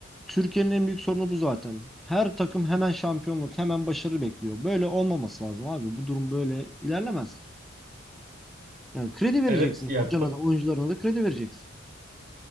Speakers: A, in the centre; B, on the right.
A: Türkiye'nin en büyük sorunu bu zaten. Her takım hemen şampiyonluk, hemen başarı bekliyor. Böyle olmaması lazım abi. Bu durum böyle ilerlemez. Yani kredi vereceksin.
B: Evet ya
A: Hocana
B: bu-
A: da oyuncularına da kredi vereceksin.